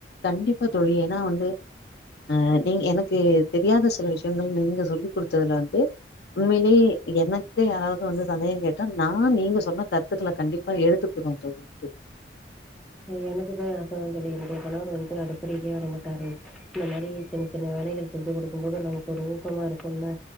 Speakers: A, on the left; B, in the centre.
A: கண்டிப்பா தோழி ஏன்னா வந்து அ நீங்க எனக்கு தெரியாத சில விஷயங்கள் நீங்க சொல்லிகுடுத்ததுல வந்து உண்மைலே எனக்கு யாராவது வந்து சந்தேக கேட்டா நா நீங்க சொன்ன கருத்துக்கள கண்டிப்பா எடுத்துக் கூறுவ தோழி ரொம்ப
B: எனக்குமே ஆசைதா தோழி என்னுடைய கணவர் வந்து அடுப்படிக்கே வர மாட்டாரு இந்த மாரி சின்ன சின்ன வேலைகள் செஞ்சு குடுக்கும்போது நமக்கு ஒரு ஊக்கமா இருக்கு இல்ல